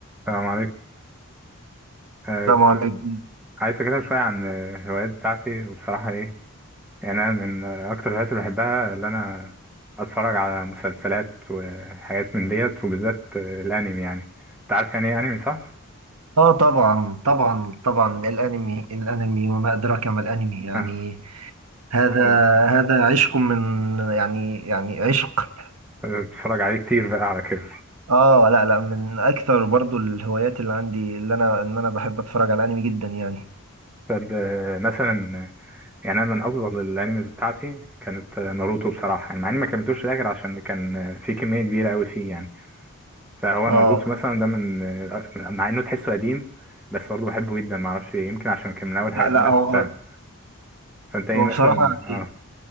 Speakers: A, in the centre; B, on the right.
A: السلام عليكم آه
B: السلام
A: كنت
B: عليكم
A: عايز أكلمك شوية عن آه، الهوايات بتاعتي وبصراحة إيه يعني أنا من آه، أكتر الهوايات اللي بحبها اللي أنا أتفرج على مسلسلات وحاجات من ديت وبالذات آه، الأنمي يعني أنت عارف يعني إيه أنمي صح؟
B: اه طبعا طبعا طبعا الانمي الانمي وما ادراك ما الانمي يعني
A: <laughs> آه،
B: هذا
A: آه،
B: هذا عشق من يعني يعني عشق
A: أيوه بتفرج عليه كتير بقى على كده
B: اه لا لا من اكثر برضو الهوايات اللي عندي اللي انا ان انا بحب اتفرج على الانمي جدا يعني
A: طب آه، مثلا آه، يعني أنا من أفضل الأنميز بتاعتي كانت آه، ناروتو بصراحة يعني مع إني ما كملتوش للآخر عشان كان آه، في كمية كبيرة أوي فيه يعني فهو
B: اه
A: ناروتو مثلا ده من مع انه تحسه قديم بس برضه بحبه جدا معرفش ليه يمكن عشان كان من اول الحاجات
B: لا لا
A: اللي انا
B: هو
A: شفتها فانت ايه
B: هو
A: مثلا
B: بصراحة
A: اه
B: يعني